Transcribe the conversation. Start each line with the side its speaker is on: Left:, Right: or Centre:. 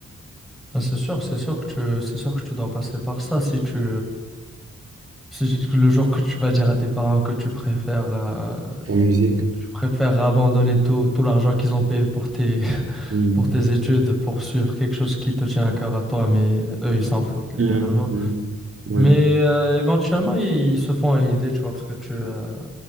Centre: Ah, C'est sûr, c'est sûr que tu, c'est sûr que tu dois passer par ça si tu, si j- le jour que tu vas dire à tes parents que tu préfères, euh,
Right: en musique.
Centre: tu préfères abandonner tout, tout l'argent qu'ils ont payé pour tes, <laughs>
Right: Mhm.
Centre: pour tes études, pour suivre quelque chose qui te tient à cœur à toi, mais eux, ils s'en foutent littéralement.
Right: Mhm. Mhm. Ouais.
Centre: Mais euh, éventuellement, ils, ils se font à l'idée, tu vois, parce que tu, euh,